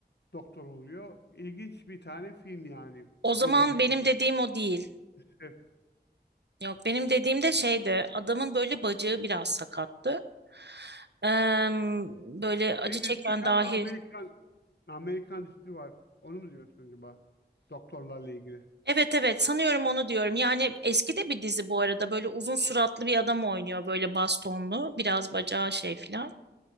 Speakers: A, on the left; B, on the right.
A: doktor oluyor. İlginç bir tane film yani.
B: O zaman
A: İngiliz
B: benim dediğim o değil.
A: film.
B: Yok benim dediğim de şeydi adamın böyle bacağı biraz sakattı. Eee, böyle acı
A: Senin elinde
B: çeken
A: bir tane
B: dahi.
A: Amerikan Amerikan dizisi var. Onu mu diyorsun acaba? Doktorlarla ilgili.
B: Evet evet sanıyorum onu diyorum. Yani eski de bir dizi bu arada böyle uzun suratlı bir adam oynuyor böyle bastonlu biraz bacağı şey filan.